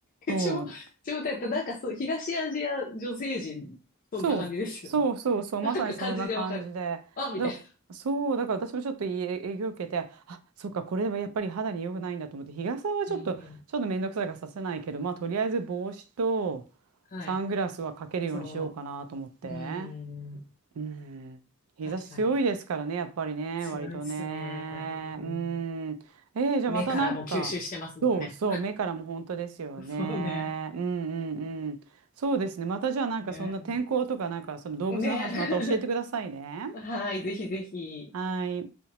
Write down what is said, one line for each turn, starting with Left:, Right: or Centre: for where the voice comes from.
Right: そう
Left: うちょ、うちょ、だってなんかそう、東アジア女性陣、
Right: そう、
Left: そんな感じですよね。
Right: そうそうそう、
Left: <laughs> なんか感じでわかる。
Right: まさにそんな感じで。
Left: あ、みたい
Right: だ、そう、だから私もちょっといい影響を受けて、あ、そっか、これはやっぱり肌に良くないんだと思って、日傘はちょっと、
Left: な。うん。
Right: ちょっとめんどくさいからさせないけど、まあ、とりあえず帽子と
Left: はい。
Right: サングラスはかけるようにしようかなと思って。
Left: そう。うん。
Right: うん。日差し強いですからね、
Left: 確かに。
Right: やっぱりね、
Left: 強いっすね。
Right: 割とね。
Left: うん。
Right: うん。えー、じゃあまたなんか、
Left: 目からも吸収してますもんね。
Right: そうそう、目からも本当ですよね。
Left: そうね。
Right: うんうんうん。そうですね。またじゃあなんかそんな天候とかなんかその動物の話また教えてくださいね。
Left: ね。ね。はい、ぜひぜひ。
Right: はい。